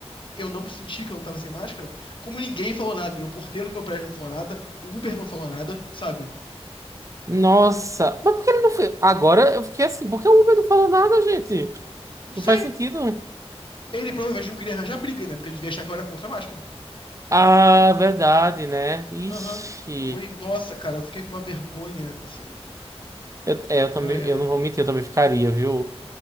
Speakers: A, on the left (about 50°); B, on the right (about 30°).
A: eu não senti que eu não tava sem máscara, como ninguém falou nada. Meu porteiro do meu prédio não falou nada, o Uber não falou nada, sabe?
B: Nossa, mas por que ele não foi? Agora eu fiquei assim, por que o Uber não falou nada, gente?
A: Não
B: Não
A: sei.
B: faz sentido.
A: Ele provavelmente não queria arranjar briga, né? Porque ele devia achar que eu era contra a máscara.
B: Ah, verdade, né? Ixi.
A: Aham. Foi, nossa, cara, eu fiquei com uma vergonha, assim.
B: Eu, é, eu também,
A: Ai, ai.
B: eu não vou mentir, eu também ficaria, viu?